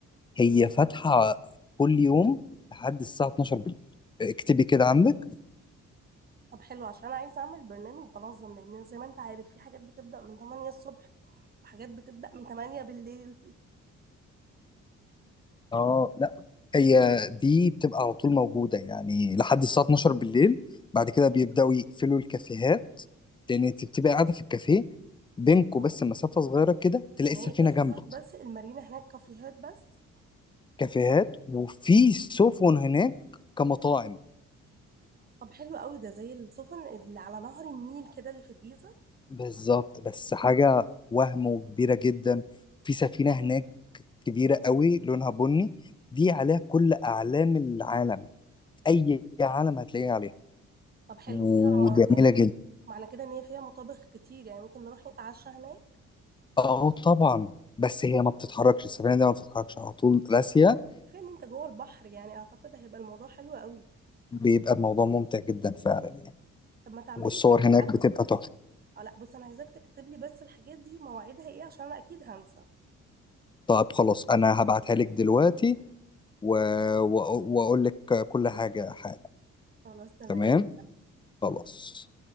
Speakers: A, on the left (about 15°); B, on the right (about 30°).
A: هي
B: بس
A: فاتحه
B: انا
A: كل يوم لحد الساعه 12 بالليل اكتبي كده عندك
B: طب حلو عشان انا عايزه اعمل برنامج انظم لان زي ما انت عارف في حاجات بتبدا من 8 الصبح وحاجات بتبدا من 8 بالليل
A: اه لا هي دي بتبقى على طول موجودة يعني لحد الساعة 12 بالليل بعد كده بيبدأوا يقفلوا الكافيهات لأن أنت بتبقى قاعدة في الكافيه بينكوا
B: اه
A: بس مسافة صغيرة كده تلاقي
B: يعني
A: السفينة
B: هي كافيهات
A: جنبك
B: بس المارينا هناك كافيهات بس
A: كافيهات وفي سفن هناك كمطاعم
B: طب حلو قوي ده زي السفن اللي على نهر النيل كده اللي في الجيزه
A: بالظبط بس حاجة وهم وكبيرة جدا في سفينة هناك كبيرة قوي لونها بني دي عليها كل أعلام العالم أي عالم هتلاقيها عليها
B: طب حلو
A: وجميلة
B: فيها م- يعني معنى كده ان هي فيها مطابخ كتير يعني ممكن نروح نتعشى هناك
A: اه طبعا بس هي ما بتتحركش السفينه دي ما بتتحركش على طول
B: مش
A: راسيه
B: مشكله كفايه ان انت جوه البحر يعني اعتقد هيبقى الموضوع حلو قوي
A: بيبقى الموضوع ممتع جدا فعلا يعني
B: طب ما تعملي
A: والصور
B: كده
A: هناك
B: ابعت
A: بتبقى
B: لي
A: تحفه
B: اه لا بص انا عايزاك تكتب لي بس الحاجات دي مواعيدها ايه عشان انا اكيد هنسى
A: طيب خلاص انا هبعتها لك دلوقتي و... و... واقول لك كل حاجه حالا
B: خلاص تمام
A: تمام خلاص